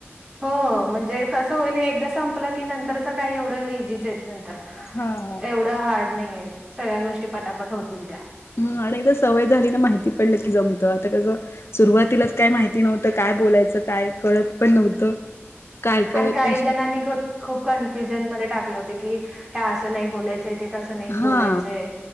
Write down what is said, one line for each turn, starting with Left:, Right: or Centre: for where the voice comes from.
Right: हो,, म्हणजे कसं होईल एकदा संपलं की नंतरच काही एवढं इझीच.. त नंतर
Left: हा
Right: एवढं हार्ड नाहीय, सगळ्या गोष्टी पटापट होतील त्या.
Left: हम,, आणि एकदा सवय झाली ना, माहिती पडली की जमतं, आता कसंऽ सुरुवातीलाच काय माहिती नव्हतं,, काय बोलायचं काय कळत पण नव्हतं,, काय काय
Right: आणि काही
Left: कशी
Right: जणांनी ख खूप कन्फ्युजन मध्ये टाकले होते की,, ह्या असं नाही बोलायचंयऽ ते तस नाहीच
Left: हा
Right: बोलायचं,